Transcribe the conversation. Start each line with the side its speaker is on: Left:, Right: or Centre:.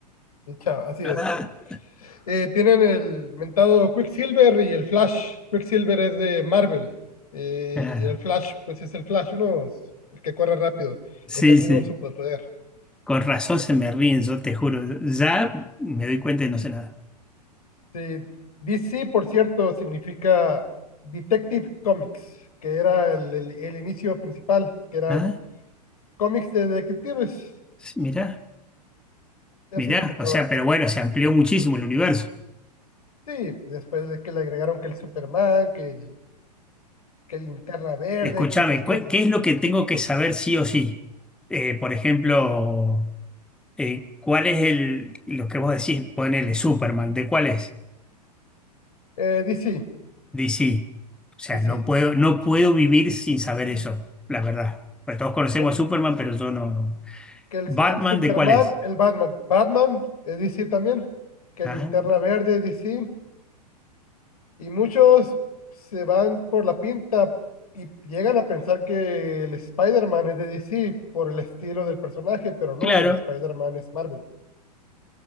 Left: Y chao, así
Centre: <laughs>
Left: es. Eh, tienen el mentado Quicksilver y el Flash. Quicksilver es de Marvel. eh,
Centre: Claro.
Left: y el Flash, pues es el Flash, ¿no? Es el que corre rápido.
Centre: Sí,
Left: Es el
Centre: sí.
Left: mismo superpoder.
Centre: Con razón se me ríen, yo te juro. Ya me doy cuenta y no sé nada.
Left: Sí, DC, por cierto, significa Detective Comics, que era el, el- el inicio principal, que eran
Centre: ¿Nada?
Left: cómics de detectives.
Centre: Sí, Mirá,
Left: De
Centre: mirá.
Left: eso se trataba.
Centre: O sea, pero bueno, se amplió muchísimo el universo.
Left: Sí, después de que le agregaron que el Superman, que el que Linterna Verde,
Centre: Escúchame,
Left: que esas
Centre: ¿cu-
Left: cosas.
Centre: ¿qué es lo que tengo que saber sí o sí? Eh, por ejemplo. Eh, ¿cuál es el, lo que vos decís, ponele Superman, ¿de cuál es?
Left: Eh, DC,
Centre: DC. O sea,
Left: DC.
Centre: no puedo, no puedo vivir sin saber eso, la verdad. Pues todos conocemos
Left: El,
Centre: a Superman, pero yo no, no.
Left: que el,
Centre: ¿Batman
Left: el Superman,
Centre: de cuál es?
Left: el Batman. Batman, eh, DC también. Que
Centre: Ah,
Left: Linterna Verde, DC. Y muchos se van por la pinta y llegan a pensar que el Spider-Man es de DC por el estilo del personaje, pero no,
Centre: claro.
Left: el Spider-Man es Marvel.